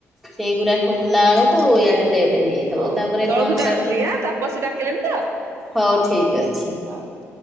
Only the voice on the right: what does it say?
ହଁ ହଉ
ହଉ
ତଳକୁ
ଯାଉଛି ଟିକେ ତାପସ ଡାକିଲେଣି ତ
ହଉ।